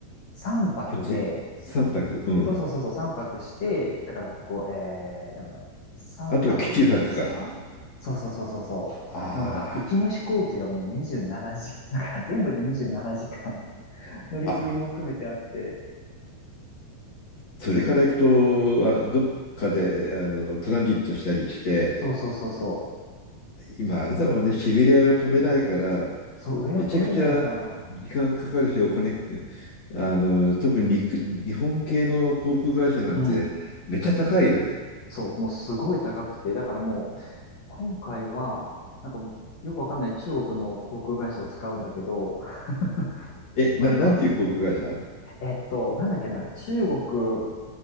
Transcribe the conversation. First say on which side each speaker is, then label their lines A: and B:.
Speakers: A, on the left; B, on the left.
A: 3泊で、
B: ひょっとして3泊、うん。
A: そうそうそうそう、3泊して、だからこう、えー、なんだろう、3泊5かそうそうそうそうそう。
B: あとは基地泊か。あ
A: もうなんか、行きの飛行機がもう27時、<laughs> なんか全部で27時間 <laughs> 乗り継ぎも含めてあって、
B: あ。あ、それから行くと、あどっかであのトランジットしたりして、
A: そうそうそうそう。
B: 今あれだもんね、シベリアを飛べないから、
A: そう、上を通れないから、
B: めちゃくちゃ時間かかるし、お金、あの特に日日本系の航空会社なんてめっちゃ高いよね。
A: うん。そう、もうすごい高くて、だからもう、今回は、なんかもう、よくわかんない中国の航空会社を使うんだけど、<laughs>
B: え、
A: まずはその、
B: な、なんていう航空会社
A: えっと、なんだっけな、中国、